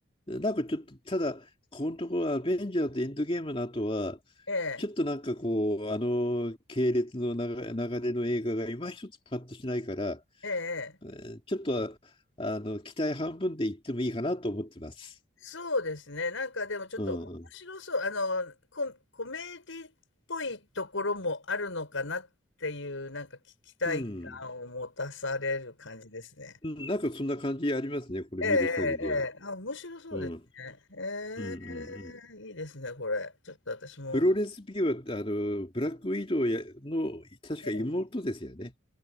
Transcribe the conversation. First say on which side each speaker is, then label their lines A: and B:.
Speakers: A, on the left; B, on the left.
A: なんかちょっと、ただ、このところ、アベンジャーズエンドゲームの後は、
B: えええ
A: ちょっとなんかこう、あの系列の流れ流れの映画が今一つパッとしないから、
B: えええー
A: えーちょっと、あの、期待半分で言ってもいいかなと思ってます。
B: そうですね。なんかでもちょっと面白そう。
A: うん。
B: あの、コ、コメディっぽいところもあるのかなっていう、なんか期期待感を持たされる感じですね。
A: うん。うんなんかそんな感じありますね、これ見る限りは。
B: ええ、ええ、ええあ、面白そうですね。
A: うん。うん
B: ええ、
A: うんうん。
B: いいですね、これ。ちょっと私も。
A: フローレンス・ピューは、あの、ブラックウィドウやの、確か妹ですよね。
B: ええ、